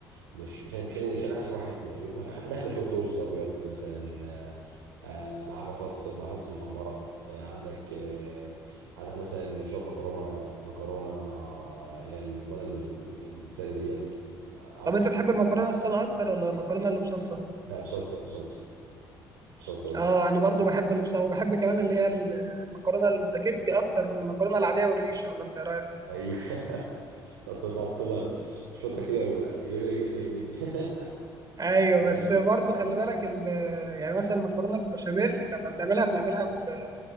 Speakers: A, on the right; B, on the right.
A: مش مش انا مش انا مش انا احسن واحد يطبخ انا آخ- أنا اخر شويه رز ابيض مثلا آه، مع بطاطس بطاطس محمره آه، عندك آه، عندك مثلا شويه مكرونه مكرونه اللي هي المكرونه ال- الساده ديت او
B: طب انت
A: أو-
B: تحب المكرونه الساده اكتر ولا المكرونه اللي بصلصه
A: لا بصلصه بصلصه بصلصه
B: اه انا برضو بحب اللي بصلصه وبحب كمان اللي هي ال- المكرونه الاسباجيتي اكتر من المكرونه العاديه والريشه ولا انت ايه رايك
A: ايوه <laughs> تقعد تفضل تشوفها كده و- جميله جدا جدا
B: ايوه
A: <laughs> تمام.
B: بس برضو خلي بالك ال- يعني مثلا المكرونه بالبشاميل لما بنعملها بنعملها ب...